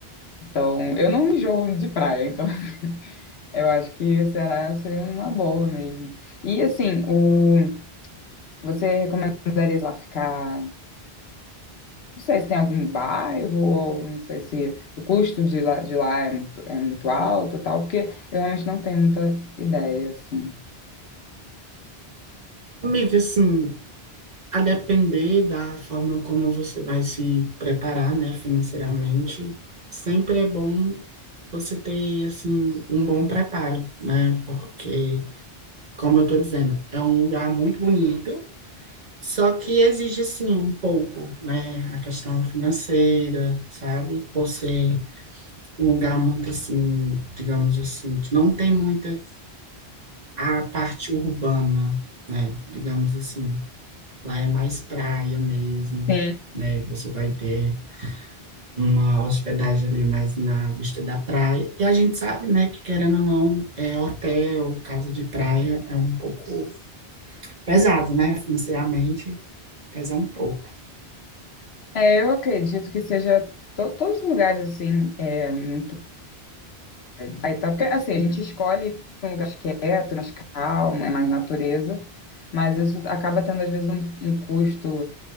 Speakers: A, on the left (about 80°); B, on the right (about 45°).
A: Então, eu não enjoo de praia, então <laughs> eu acho que será seria uma boa mesmo. E assim, o você recomendaria sei lá ficar Não sei se tem algum bairro, ou não sei se o custo de lá, de lá é muito, é muito alto e tal, porque eu realmente não tenho muita ideia, assim.
B: Amiga, assim, a depender da forma como você vai se preparar, né, financeiramente, sempre é bom você ter, assim, um bom preparo, né? Porque, como eu tô dizendo, é um lugar muito bonito Só que exige sim um pouco, né? A questão financeira, sabe? Por ser um lugar muito assim, digamos assim, que não tem muita a parte urbana, né? Digamos assim, lá é mais praia mesmo,
A: Sim.
B: né? Você vai ter uma hospedagem ali mais na vista da praia. E a gente sabe, né, que querendo ou não, é hotel, casa de praia é um pouco pesado, né? Financeiramente pesa um pouco.
A: É, eu acredito que seja to- todos os lugares, assim, é muito... é, aí tá, porque, assim, a gente escolhe um lugar mais quieto, mais calmo, né, mais natureza, mas isso acaba tendo, às vezes, um, um custo